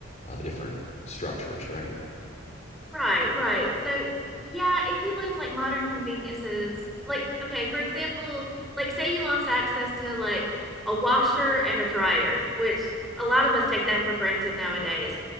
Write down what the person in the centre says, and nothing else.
Right, right. So, yeah, if you lose like modern conveniences, like, okay, for example, like say you lost access to like a washer and a dryer, which a lot of us take that for granted nowadays.